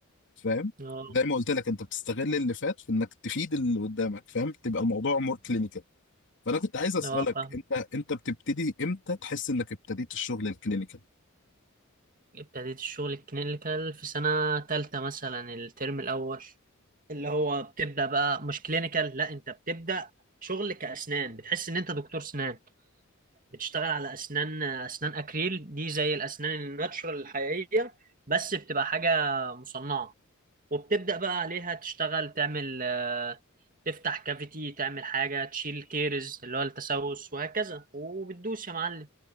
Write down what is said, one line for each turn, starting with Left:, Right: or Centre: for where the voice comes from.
Left: فاهم
Right: اه
Left: زي ما قلت لك أنت بتستغل اللي فات في إنك تفيد اللي قدامك فاهم تبقى الموضوع مور كلينيكال فأنا كنت عايز أسألك
Right: اه فاهم
Left: أنت أنت بتبتدي إمتى تحس إنك ابتديت الشغل الكلينيكال
Right: ابتديت الشغل الكلينيكال في سنة تالتة مثلا الترم الأول اللي هو بتبدأ بقى مش كلينيكال لا أنت بتبدأ شغل كأسنان بتحس إن أنت دكتور سنان بتشتغل على أسنان أسنان أكريل دي زي الأسنان الناتشورال الحقيقية بس بتبقى حاجة مصنعة وبتبدأ بقى عليها تشتغل تعمل آه، تفتح كافيتي تعمل حاجة تشيل كيرز اللي هو التسوس وهكذا وبتدوس يا معلم